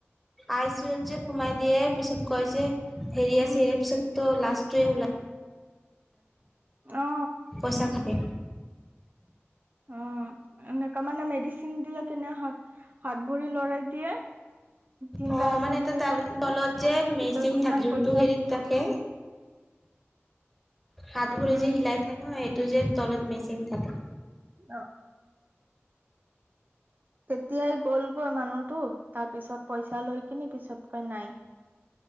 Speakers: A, in the centre; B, on the right.
A: আই চি ইও ত যে সোমাই দিয়ে পিছত কয় যে হেৰি
B: উম
A: আছে হেৰি পিছতো লাষ্ট <unintelligible>
B: অ
A: পইচা খাই।
B: অ', এনেকা মানে মেডিচিন দিয়ে কেনে হাত হাত ভৰি লৰাই দিয়ে। জিন্দা
A: অ
B: আছে
A: মানে এটা
B: বুলি
A: তাৰ
B: কৈ কিনি
A: তলত যে মেচিন
B: পিছত যিমান
A: থাকে যোনটো
B: পইচা
A: হেৰিত
B: <inaudible>
A: থাকে হাত ভৰি
B: উম
A: যে হিলাই থৈ নহয় এইটো যে তলত মেচিন থাকে।
B: অ'। তেতিয়াই গ'লগৈ মানুহটো তাৰ পিছত পইচা লৈ কিনি পিছত কয় নাই।